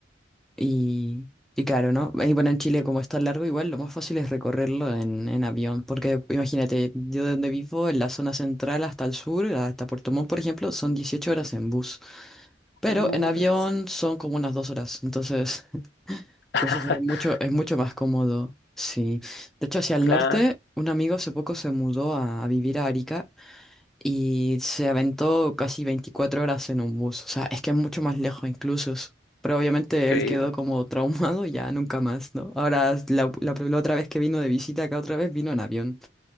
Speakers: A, in the centre; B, on the left.
A: Y, y claro, ¿no? Y bueno, en Chile como está largo, igual lo más fácil es recorrerlo en, en avión, porque imagínate, yo de donde vivo, en la zona central hasta el sur, hasta Puerto Montt, por ejemplo, son 18 horas en bus, pero
B: Uh,
A: en avión
B: es-
A: son como unas 2 horas, entonces... Entonces
B: <laughs>
A: es mucho, es mucho más cómodo, sí. De hecho, hacia el
B: Claro,
A: norte, un amigo hace poco se mudó a, a vivir a Arica y se aventó casi 24 horas en un bus. O sea, es que es mucho más lejos incluso. Pero obviamente
B: increíble.
A: él quedó como <laughs> traumado y ya nunca más, ¿no? Ahora, la, la, la otra vez que vino de visita acá, otra vez vino en avión.